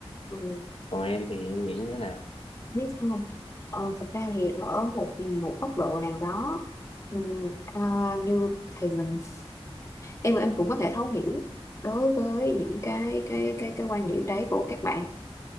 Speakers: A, on the left (about 30°); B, on the left (about 70°).
A: ừ,
B: còn em thì em nghĩ như thế nào
A: biết không ờ, thực ra thì ở một một góc độ nào đó ừ, à, như thì mình em em cũng có thể thấu hiểu đối với những cái cái cái cái quan điểm đấy của các bạn